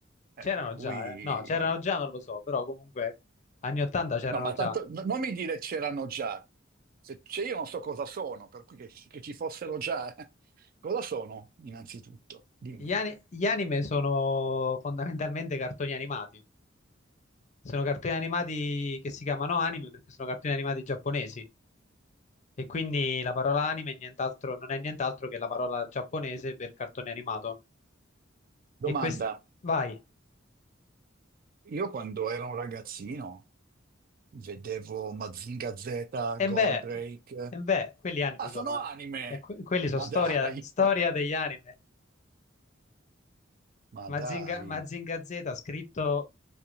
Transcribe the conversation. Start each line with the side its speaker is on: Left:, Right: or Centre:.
Right: Eh,
Left: c'erano
Right: per cui
Left: già, eh? No, c'erano già, non lo so, però comunque anni 80 c'erano
Right: No, ma
Left: già.
Right: tanto n- non mi dire c'erano già. Se c'è io non so cosa sono, per cui che, che ci fossero già. <laughs> Cosa sono, innanzitutto? Dimmi.
Left: Gli, ani- gli anime sono fondamentalmente cartoni animati, sono cartoni animati che si chiamano anime perché sono cartoni animati giapponesi e quindi la parola anime è nient'altro- non è nient'altro che la parola giapponese per cartone animato.
Right: Domanda.
Left: E questi... Vai.
Right: Io quando ero un ragazzino vedevo Mazinga Z,
Left: E
Right: Goldrake.
Left: beh, e beh, quelli anime
Right: Ah,
Left: sono,
Right: sono
Left: eh.
Right: anime!
Left: E que- quelli sono
Right: Ma
Left: storia,
Right: dai!
Left: storia
Right: <laughs>
Left: degli anime.
Right: Ma
Left: Mazinga,
Right: dai!
Left: Mazinga Z, scritto,